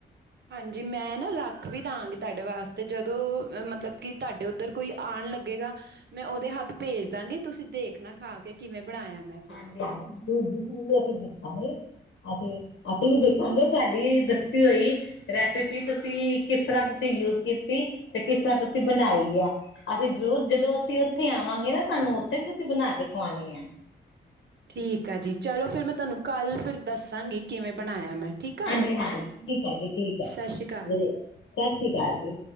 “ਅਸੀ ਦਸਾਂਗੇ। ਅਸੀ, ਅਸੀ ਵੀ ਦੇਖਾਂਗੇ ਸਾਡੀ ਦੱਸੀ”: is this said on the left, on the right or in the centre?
Left